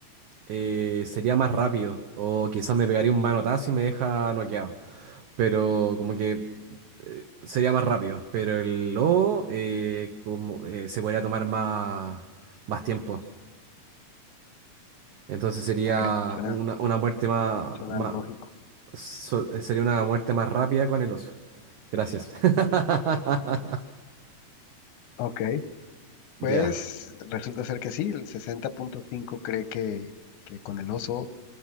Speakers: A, on the right (about 85°); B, on the left (about 85°).
A: eh, sería más rápido, o quizás me pegaría un manotazo y me deja noqueado. Pero como que eh, sería más rápido, pero el lobo eh, como, eh, se podría tomar más, más tiempo. Entonces sería
B: Ok, suena,
A: una, una muerte más,
B: suena
A: más
B: lógico.
A: so- eh, sería una muerte más rápida con el oso. Gracias. <laughs>
B: Ok, pues
A: Ya.
B: resulta ser que sí, el sesenta punto cinco cree que, que con el oso,